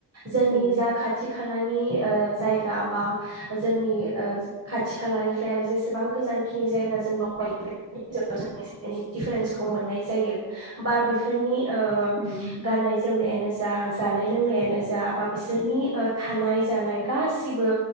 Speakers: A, on the right (about 40°); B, in the centre.
A: जोंनि
B: उम
A: जा खाथि खा खालानि जायगा बा जोंनि खाथि खालानिफ्राय आरो ज जसेबां गोजानखिनि जायगा जों दंगायो बेफोरनि गेजेराव जों दिडिफारेन्सखौ मोननाय जायो बा बेफोरनि ओ
B: उम उम
A: गाननाय जोमनायानो जा बा जानाय लोंनायानो जा बा बिसोरनि ओ थानाय जानाय गासैबो